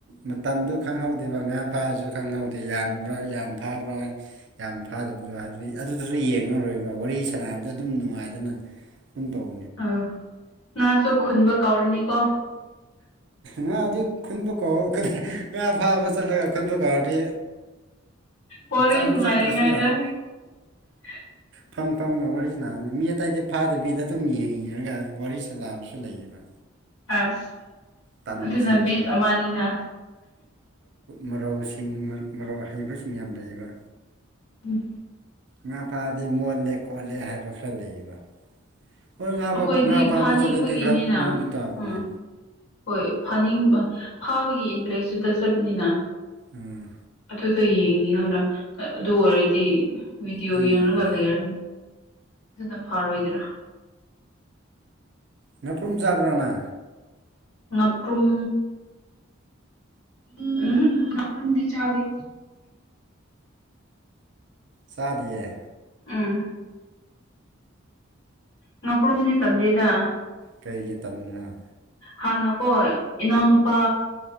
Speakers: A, on the right; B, on the left.
A: ꯃꯇꯝꯗꯨ ꯈꯪꯍꯧꯗꯦꯕ ꯉꯥ ꯐꯥꯔꯁꯨ ꯈꯪꯍꯧꯗꯦ ꯌꯥꯝ ꯌꯥꯝ ꯐꯥꯕ꯭ꯔꯥ ꯌꯥꯝ ꯐꯥꯗꯕ ꯑꯗꯨ ꯍꯥꯏꯕꯗꯤ ꯑꯗꯨꯗꯁꯨ ꯌꯦꯡꯉꯔꯣꯏꯕ ꯋꯥꯔꯤ ꯁꯥꯟꯅꯕꯗ ꯑꯗꯨꯝ ꯅꯨꯡꯉꯥꯏꯗꯅ ꯑꯗꯨꯝ ꯇꯧꯕ
B: ꯑ ꯉꯥꯁꯨ ꯈꯨꯨꯟꯕ ꯀꯥꯎꯔꯅꯤꯀꯣ
A: ꯉꯥ ꯑꯗꯨꯗꯤ ꯈꯨꯟꯕ ꯀꯥꯎꯔꯅꯤꯀꯣ ꯐꯥꯕ ꯆꯠꯂꯒ ꯈꯨꯟꯕ ꯗꯤ
B: ꯋꯥꯔꯤ
A: ꯑꯃꯨꯛ
B: ꯅꯨꯡꯉꯥꯏꯔꯤꯉꯩꯗ
A: ꯆꯠꯇ꯭ꯔꯁꯨ ꯌꯥꯔꯦ
B: <inaudible>
A: ꯐꯝ ꯐꯝ ꯋꯥꯔꯤ ꯁꯥ ꯃꯤ ꯑꯇꯩꯗꯤ ꯐꯥꯗꯕꯤꯗ ꯑꯗꯨꯝ ꯌꯦꯡꯉꯤꯔꯒ ꯋꯥꯔꯤ ꯁꯥꯂꯑꯕꯁꯨ ꯂꯩꯌꯦꯕ
B: ꯑꯁ
A: ꯇꯟꯕꯁꯤꯡꯗꯣ
B: ꯑꯗꯨꯅ ꯕꯤꯠ ꯑꯃꯅꯤꯅ
A: ꯃꯔꯥꯎꯁꯤꯡ ꯃꯔꯥꯎ ꯍꯩꯕꯁꯤꯡ ꯌꯥꯝ ꯂꯩꯕ
B: ꯎꯝ
A: ꯉꯥ ꯐꯥꯔꯗꯤ ꯃꯣꯠꯂꯦ ꯈꯣꯠꯂꯦ ꯍꯥꯏꯕ ꯈꯔ ꯂꯩꯌꯦꯕ ꯍꯣꯏ ꯉꯥ
B: ꯑꯩꯈꯣꯏꯗꯤ
A: ꯉꯥ ꯐꯥꯕ
B: ꯐꯥꯅꯤꯡꯕꯒꯤꯅꯤꯅ
A: ꯆꯠꯂꯗꯤ ꯈꯔ ꯃꯣꯏꯕ ꯇꯥꯕꯅꯦ
B: ꯎꯝ ꯍꯣꯏ ꯐꯥꯅꯤꯡꯕ ꯐꯥꯕꯒꯤ ꯏꯟꯇꯔꯦꯁꯇꯨꯗ ꯆꯞꯅꯤꯅ
A: ꯎꯝ
B: ꯑꯗꯨ ꯌꯦꯡꯅꯤꯡꯉꯥꯔꯅ ꯑꯥ ꯑꯗꯨ ꯑꯣꯏꯔꯗꯤ ꯚꯤꯗꯤꯑꯣ
A: ꯎꯝ
B: ꯌꯦꯡꯔꯒ ꯂꯩꯔꯅꯤ ꯑꯗꯨꯅ ꯐꯔꯣꯏꯗ꯭ꯔꯥ
A: ꯉꯥꯄꯨꯝ ꯆꯥꯕ꯭ꯔꯣ ꯅ
B: ꯉꯥꯄ꯭ꯔꯨꯨꯝ ꯎꯍꯨꯝ ꯉꯥꯄꯔꯨꯝꯗꯤ ꯆꯥꯗ‌ꯦ
A: ꯆꯥꯗꯤꯌ‌ꯦ
B: ꯑꯥ ꯉꯄꯔꯨꯝꯗꯤ ꯇꯜꯂꯤꯗ
A: ꯀꯔꯤꯒꯤ ꯇꯝꯕꯔ
B: ꯍꯥꯟꯅꯀꯣ ꯑ ꯏꯅꯥꯎꯅꯨꯄꯥ